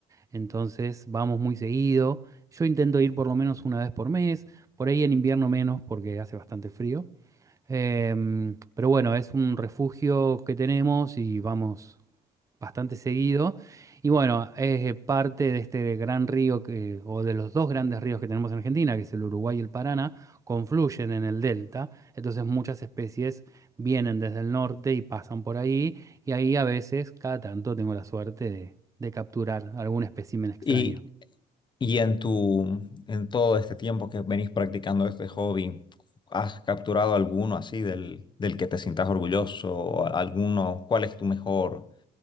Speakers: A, on the right; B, on the left.
A: entonces vamos muy seguido. Yo intento ir por lo menos una vez por mes, por ahí en invierno menos porque hace bastante frío. Em, pero bueno, es un refugio que tenemos y vamos bastante seguido. Y bueno, es eh, parte de este gran río que, o de los dos grandes ríos que tenemos en Argentina, que es el Uruguay y el Paraná, confluyen en el delta. Entonces muchas especies vienen desde el norte y pasan por ahí. Y ahí a veces, cada tanto, tengo la suerte de de capturar algún espécimen extraño.
B: Y, y en tu, en todo este tiempo que venís practicando este hobby, ¿has capturado alguno así del, del que te sientas orgulloso? O ¿Alguno? ¿Cuál es tu mejor,